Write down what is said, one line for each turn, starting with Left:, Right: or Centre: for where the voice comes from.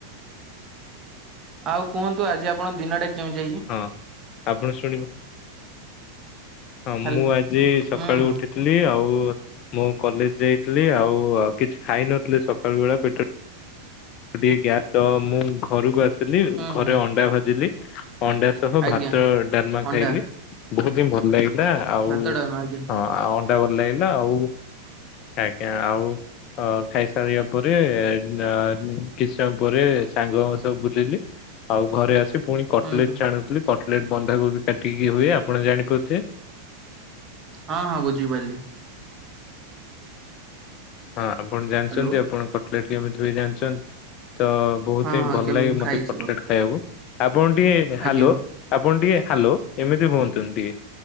Right: ଆଉ କୁହନ୍ତୁ ଆଜି ଆପଣ ଦିନଟା କେମିତି ଯାଇଛି।
Left: ହଁ ଆପଣ ଶୁଣିପା ହଁ ମୁଁ
Right: ହାଲ୍
Left: ଆଜି ସକାଳୁ
Right: ହୁଁ ହୁଁ।
Left: ଉଠିଥିଲି ଆଉ। ମୁଁ କଲେଜ ଯାଇଥିଲି ଆଉ କିଛି ଖାଇନଥିଲି ସକାଳ ବେଳେ ପେଟ। ଟିକେ ଗ୍ୟାସ୍ ତ ମୁଁ ଘରକୁ ଆସି। ଲି
Right: ହୁଁ
Left: ଘରେ
Right: ହୁଁ
Left: ଅଣ୍ଡା ଭାଜିଲି ଅଣ୍ଡା ସହ
Right: ଆଜ୍ଞା
Left: ଭାତ ଡାଲମା
Right: ଅଣ୍ଡା
Left: ଖାଇଲି। ବହୁତ ହିଁ ଭଲ ଲାଗିଲା ଆଉ
Right: ଭାତ ଡାଲମା ଆଜ୍ଞା
Left: ହଁ ଆଉ ଅଣ୍ଡା ଭଲ ଲାଗିଲା ଆଉ। ଆଜ୍ଞା ଆଉ। ଅ ଖାଇସାରିବା ପରେ ଆ କିଛି ସମୟ ପରେ ସାଙ୍ଗଙ୍କ ସହ ବୁଲିଲି। ଆଉ ଘରେ ଆସି ପୁଣି କଟଲେଟ୍
Right: ହୁଁ ହୁଁ
Left: ଛାଣୁଥିଲି କଟଲେଟ୍ ବନ୍ଧାକୋବି କାଟିକି ହୁଏ ଆପଣ ଜାଣିପାରୁଥିବେ।
Right: ହଁ ହଁ ବୁଝିପାରିଲି।
Left: ହଁ ଆପଣ ଜାଣିଛନ୍ତି
Right: ହ୍ୟାଲୋ
Left: ଆପଣ କଟଲେଟ୍ କେବେ ଠୁ ହୁଏ ଜାଣିଛନ୍ତି ତ। ବହୁତ
Right: ହଁ
Left: ହିଁ
Right: ହଁ
Left: ଭଲ
Right: କେମ
Left: ଲାଗେ ମତେ
Right: ଖାଇଛି
Left: କଟୋଲେଟ୍ ଖାଇବାକୁ। ଆପଣ ଟିକେ ହାଲୋ
Right: ଆଜ୍ଞା
Left: ଆପଣ ଟିକେ ହାଲୋ ଏମିତି ହୁଅନ୍ତୁନି ଟିକେ।